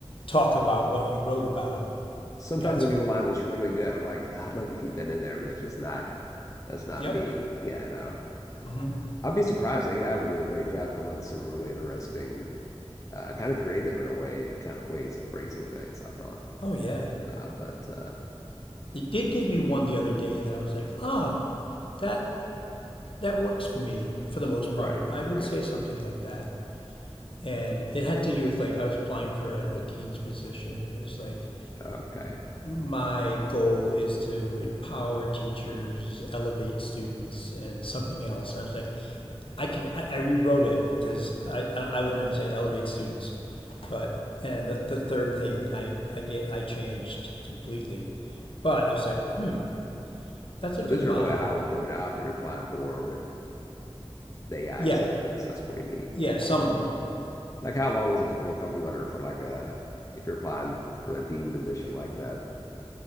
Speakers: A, on the left; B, on the left.
A: talk about what you wrote about.
B: Sometimes
A: That's
B: I get a line that's really good. I'm like, I'd love to keep that in there, but that's just not that's not
A: yep.
B: me. Yeah, you know.
A: Mm-hmm.
B: I'd be surprised. AI would do a great job coming up with some really interesting, uh, kind of creative in a way, kind of ways of phrasing things, I thought.
A: Oh yeah,
B: Uh, but uh,
A: it did give me one the other day that I was like, oh that that works for me for the most
B: right,
A: part. I would
B: right.
A: say something like that, and it had to do with like I was applying for a, a dean's position, and it was like
B: Okay.
A: my goal is to empower teachers, elevate students, and something else. And I was like, I could I, I rewrote it because I, I would never say elevate students, but and the, the third thing I I get I changed completely, but I was like, hmm, that's
B: So
A: a good
B: these are
A: motto.
B: really high level jobs you're applying for with the AI
A: Yeah,
B: assistance. That's pretty neat.
A: yeah, some of them.
B: Like how long is a typical cover letter for like a if you're applying for a dean position like that?